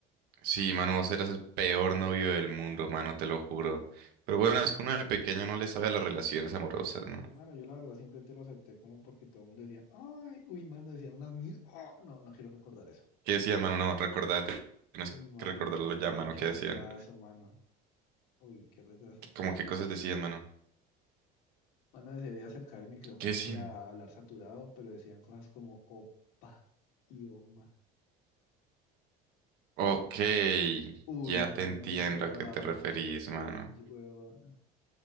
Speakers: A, on the right (about 55°); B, on the left (about 85°).
A: sí, mano, vos eras el peor novio del mundo, mano, te lo juro. Pero bueno, es que uno de pequeño no le sabe a las relaciones amorosas, ¿no?
B: Y mano, yo la verdad simplemente lo acepté como porque todo el mundo decía, ay, uy, mano, decían unas mierdas. no, no quiero recordar eso.
A: ¿Qué decías, mano? No, recordate, tienes
B: Uy,
A: que
B: mano,
A: recordarlo ya,
B: era
A: mano,
B: Yo mucho
A: ¿qué
B: también.
A: decían?
B: retraso, mano. Uy, qué retraso.
A: ¿Cómo qué cosas decían, mano?
B: Mano, desearía acercar el micrófono
A: ¿Qué decían?
B: para hablar saturado, pero decían cosas como opa y oma.
A: Ok,
B: Uy,
A: ya
B: mano,
A: te entiendo
B: eso daba
A: a qué te
B: mucho
A: referís,
B: cringe,
A: mano.
B: huevón.